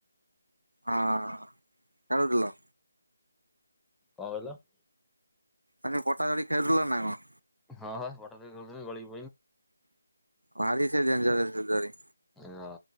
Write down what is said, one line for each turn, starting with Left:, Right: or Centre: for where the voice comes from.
Right: ହଁ ଖେଳୁଥିଲ।
Centre: କଣ କହିଲ ।
Right: ମାନେ ପଟା ଦୋଳି ଖେଳୁଥିଲା ନା କଣ।
Centre: ହଁ ହଁ ପଟା ଦୋଳି ଖେଳୁଥିଲି ଗଳି
Right: ଭାରି ସେ <unintelligible> ଜରି।
Centre: ହଁ।